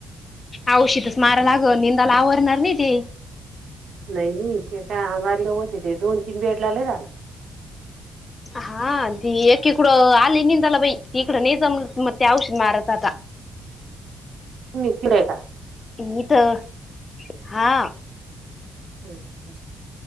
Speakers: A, on the left (about 30°); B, on the right (about 65°).
A: औषधमारा लागल निंदाला आवरणार नाही ते.
B: नाही नाही ते काय आमारी गाव होते ते दोन तीन बेडला लयी झालं.
A: हा ती एकीकडं आली निंदाला बाई त इकडं नाही जमलं मग त्या औषध मारायचं आता.
B: तु इकडे का?
A: इथं हा.
B: हम्म.